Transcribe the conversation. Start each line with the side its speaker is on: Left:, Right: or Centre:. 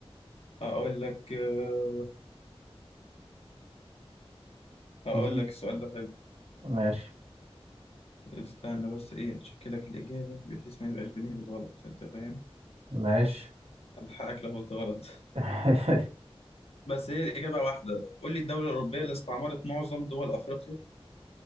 Left: هقول لك آه، هقول
Right: دي-
Left: لك السؤال ده حلو
Right: ماشي
Left: استنى بس إيه أتشيك لك الإجابة بحيث ما نبقاش بنهبط غلط أنت فاهم؟
Right: ماشي
Left: ألحقك لو قلت غلط <laughs>
Right: <laughs>
Left: بس هي الإجابة واحدة قول لي الدولة الأوروبية اللي استعمرت معظم دول أفريقيا